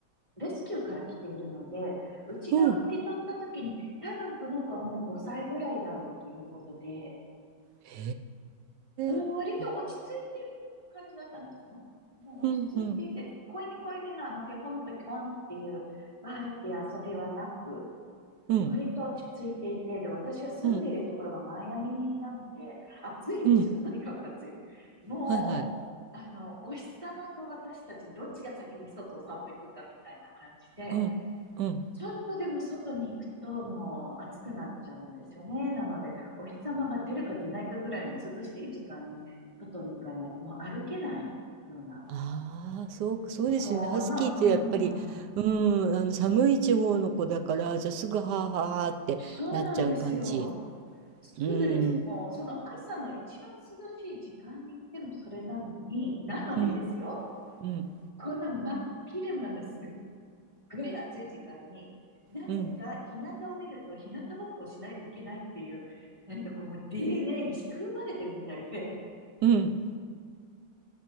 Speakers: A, on the right; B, on the right.
A: レスキューから来ているので、うちが受け取った時に、
B: うん。
A: 多分この子はもう5歳ぐらいだろうということで、
B: へ
A: うん、
B: え。
A: 割と落ち着いてる感じだったんですね。
B: あ
A: もう落ち着いていて、
B: うんうん。
A: 子犬子犬のあの、ぴょこんぴょこんっていう、わーって遊びはなく、
B: うん。
A: 割と落ち着いていて、で、私が住んでいるところがマイアミなので、
B: うん。
A: 暑いんですよ。
B: うん。
A: とにかく暑い。もう、
B: はいはい。
A: あの、お日様と私たち、どっちが先に外を散歩行くかみたいな感じで、
B: うん。うん。
A: ちょっとでも外に行くともう暑くなっちゃうんですよね。なので、お日様が出るか出ないかぐらいの涼しい時間に外に行かないともう歩けないような、
B: ああ、そうか、そうですよね。
A: この、
B: ハスキーってやっぱり、
A: うん、
B: うん、あの寒い地方の子だから、じゃあすぐはあはあはあってなっちゃう感じ。
A: そうなんですよ。すぐです。
B: うん。
A: もう、その朝の一番涼しい時間に行ってもそれなのに、なのにですよ。
B: うん。うん。
A: こんな真っ昼間のすっごい暑い時間に、なぜか日向を見ると日向ぼっこをしないといけないっていう、
B: うん。
A: 何かこうもう DNA に仕組まれてるみたいで、
B: うん。